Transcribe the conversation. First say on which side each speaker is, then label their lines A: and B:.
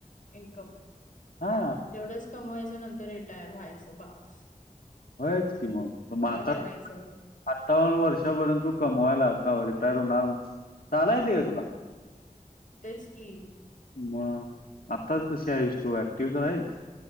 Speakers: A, on the left; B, on the left.
A: इन्कम
B: हा
A: तेवढंच कमवायचं नंतर रिटायर व्हायचं बस
B: होयच की मग आता
A: करायचंय हे?
B: अठ्ठान्न वर्षपर्यंत तू कमवायला का रिटायर होणार चालाय ते तुला?
A: तेच की
B: मग आत्ताच कशी आहेस तू ऍक्टिव्ह तर आहेस